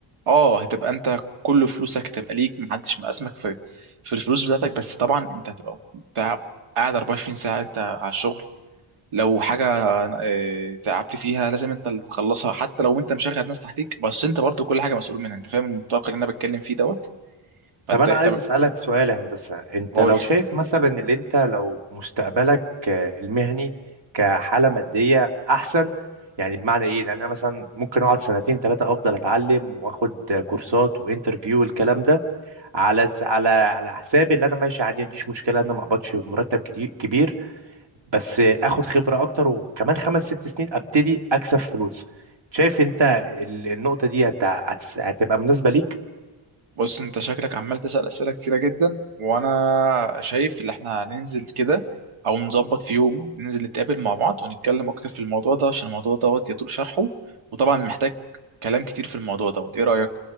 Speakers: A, on the right; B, on the right.
A: اه هتبقى انت كل فلوسك هتبقى ليك محدش مقاسمك في في الفلوس بتاعتك بس طبعا انت هتبقى أنت قاعد 24 ساعه انت على الشغل لو حاجة آه، تعبت فيها لازم انت اللي تخلصها حتى لو انت مشغل ناس تحتيك بس انت برضو كل حاجة مسؤول منها انت فاهم المنطلق اللي انا بتكلم فيه دوت فانت
B: طب انا
A: طب
B: عايز اسالك سؤال يا هندسه انت
A: قول
B: لو
A: لي
B: شايف مثلا ان انت لو مستقبلك آه، المهني كحاله ماديه احسن يعني بمعنى ايه لان انا مثلا ممكن اقعد سنتين ثلاثه افضل اتعلم واخد آه، كورسات وانترفيو والكلام ده على س- على على حسابي اللي انا ماشي عادي ما عنديش مشكله ان انا ما اقبضش مرتب كتير كبير بس آه، اخد خبره اكتر وكمان خمس ست سنين ابتدي اكسب فلوس شايف انت ال- النقطه دي هت- هتس- هتبقى مناسبه ليك
A: بص انت شكلك عمال تسأل أسئلة كتيرة جدا وانا شايف ان احنا هننزل كده او نظبط في يوم ننزل نتقابل مع بعض ونتكلم اكتر في الموضوع ده عشان الموضوع دوت يطول شرحه وطبعا محتاج كلام كتير في الموضوع دوت ايه رأيك